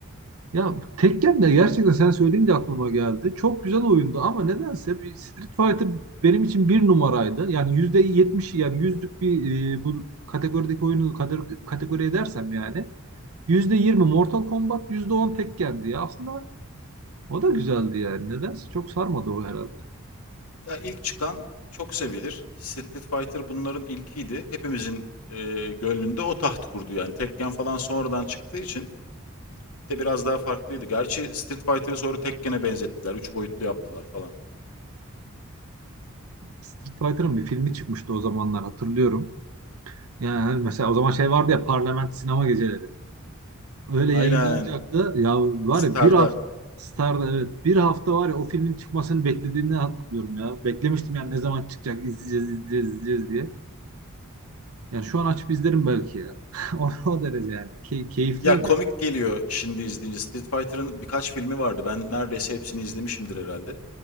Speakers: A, on the right; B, on the left.
A: Ya Tekken de gerçekten sen söyleyince aklıma geldi. Çok güzel oyundu ama nedense bir Street Fighter benim için bir numaraydı. Yani %70'i yani yüzlük bir e, bu kategorideki oyunu kader- kategori edersem yani %20 Mortal Kombat, %10 Tekken'di ya. Aslında o da güzeldi yani. Nedense çok sarmadı o herhalde.
B: Ya ilk çıkan çok sevilir. Street Fighter bunların ilkiydi. Hepimizin e, gönlünde o taht kurdu yani. Tekken falan sonradan çıktığı için bir de biraz daha farklıydı. Gerçi Street Fighter'ı sonra Tekken'e benzettiler. Üç boyutlu yaptılar falan.
A: Street Fighter'ın bir filmi çıkmıştı o zamanlar hatırlıyorum. Yani hani mesela o zaman şey vardı ya Parlament sinema geceleri. Öyle
B: Aynen.
A: yayınlanacak da ya var
B: Star'da.
A: ya bir hafta Star'da evet bir hafta var ya o filmin çıkmasını beklediğini hatırlıyorum ya. Beklemiştim yani ne zaman çıkacak izleyeceğiz izleyeceğiz izleyeceğiz diye. Yani şu an açıp izlerim belki ya. <laughs> O, o derece yani. Key- keyifliydi.
B: Ya komik geliyor şimdi izleyince. Street Fighter'ın birkaç filmi vardı. Ben neredeyse hepsini izlemişimdir herhalde.